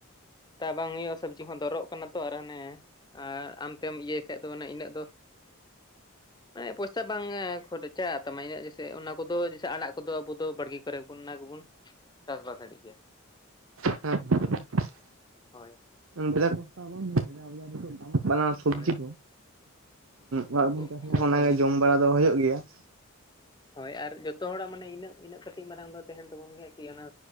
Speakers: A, on the left; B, on the right.
A: ᱛᱚ ᱵᱟᱝ ᱦᱩᱭᱩᱜᱼᱟ ᱥᱚᱵᱽᱡᱤ ᱦᱚᱸ ᱫᱚᱨᱚᱜ ᱠᱟᱱᱟ ᱛᱚ ᱟᱨ ᱚᱱᱮ ᱟᱨ ᱟᱢᱛᱮᱢ ᱤᱭᱟᱹᱭ ᱠᱷᱟᱱ ᱫᱚ ᱚᱱᱮ ᱤᱱᱟᱹᱜ ᱫᱚ ᱢᱟᱱᱮ ᱯᱚᱭᱥᱟ ᱵᱟᱝ ᱠᱷᱚᱨᱪᱟ ᱛᱟᱢᱟ ᱤᱱᱟᱹ ᱡᱮᱥᱮ ᱚᱱᱟ ᱠᱚᱫᱚ ᱡᱮᱥᱮ ᱟᱲᱟᱜ ᱠᱚᱫᱚ ᱟᱵᱚ ᱫᱚ ᱵᱟᱲᱜᱮ ᱠᱚ ᱨᱮ ᱵᱚᱱ ᱚᱱᱟ ᱜᱮᱵᱚᱱ ᱪᱟᱥᱵᱟᱥ ᱫᱟᱲᱮᱜ ᱜᱮᱭᱟ ᱾
B: <unintelligible>
A: ᱦᱚᱭ ᱾
B: ᱵᱷᱮᱜᱟᱨ ᱯᱚᱭᱥᱟᱹ ᱢᱟ ᱵᱟᱝ ᱦᱳᱭᱳᱜᱼᱟ <unintelligible> ᱵᱟᱱᱟᱨ ᱥᱚᱵᱽᱡᱤ
A: ᱦᱳᱭ
B: ᱫᱚ
A: ᱥᱚᱵᱽᱡᱤ
B: ᱚᱲᱟᱜ ᱨᱮ ᱵᱚᱱ
A: ᱠᱚᱦᱚᱸ
B: ᱪᱟᱥ ᱞᱮᱠᱷᱟᱱ ᱚᱱᱟᱜᱮ
A: ᱥᱚᱵᱽᱡᱤ
B: ᱡᱚᱢ ᱵᱟᱲᱟ ᱫᱚ ᱦᱩᱭᱩᱜ ᱜᱮᱭᱟ ᱾
A: ᱦᱳᱭ ᱟᱨ ᱡᱚᱛᱚ ᱦᱚᱲᱟᱜ ᱢᱟᱱᱮ ᱤᱱᱟᱹᱜ ᱤᱱᱟᱹᱜ ᱠᱟᱹᱴᱤᱡ ᱢᱟᱨᱟᱝ ᱫᱚ ᱛᱟᱦᱮᱱ ᱛᱟᱵᱚᱱ ᱜᱮᱭᱟ ᱠᱤ ᱚᱱᱟ